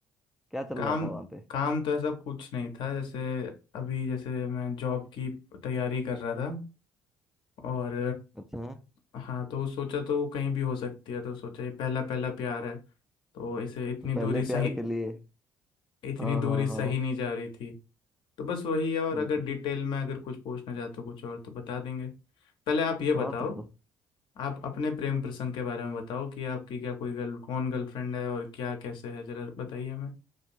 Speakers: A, in the centre; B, on the left.
A: क्या चल
B: काम
A: रहा था वहाँ पे
B: काम तो ऐसा कुछ नहीं था जैसे अभी जैसे मैं जॉब की तैयारी कर रहा था और
A: अच्छा
B: हाँ तो सोचा तो वो कहीं भी हो सकती है तो सोचा ये पहला पहला प्यार है तो इसे इतनी
A: तो पहले
B: दूरी सही
A: प्यार के लिए
B: इतनी
A: हाँ
B: दूरी
A: हाँ
B: सही
A: हाँ
B: नहीं जा रही थी तो बस वही है और
A: तो बिल्कुल
B: अगर डिटेल
A: तु-
B: में अगर कुछ पूछना चाहते हो कुछ और तो बता देंगे पहले आप ये बताओ
A: हाँ तो बन ब-
B: आप अपने प्रेम प्रसंग के बारे में बताओ कि आपकी क्या कोई गर्ल कौन गर्लफ्रेंड है और क्या कैसे है जरा बताइए हमें